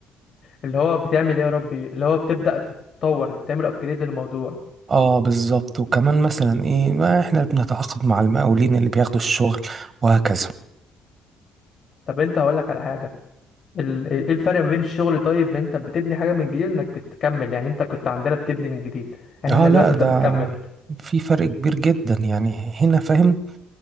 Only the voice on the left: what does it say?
اللي هو بتعمل ايه يا ربي اللي هو بتبدأ تتطور تعمل ابجريد للموضوع
طب انت هقولك على حاجة ال- ال- ايه الفرق ما بين الشغل طيب ما انت بتبني حاجة من جديد وانك بتكمل يعني انت كنت عندنا بتبني من جديد احنا
دلوقتي انت
بتكمل